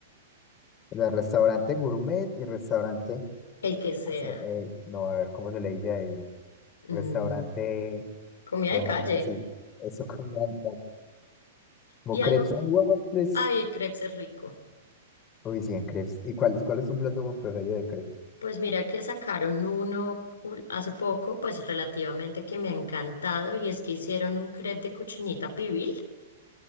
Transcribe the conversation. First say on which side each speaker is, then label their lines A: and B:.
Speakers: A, on the left; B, on the left.
A: O sea, restaurante gourmet y restaurante,
B: el que sea,
A: así, eh, no, a ver, ¿cómo se le dice a ello? Restaurante
B: Mm, comida
A: de
B: de
A: más
B: calle
A: así. Eso como como
B: y
A: crepes
B: algo,
A: and waffles.
B: ay, crepes es rico.
A: Uy, sí, en crepes. ¿Y cuál, es- cuál es tu plato preferido de crepes?
B: Pues mira que sacaron uno ul- hace poco, pues relativamente que me ha encantado y es que hicieron un crepe de cochinita pibil.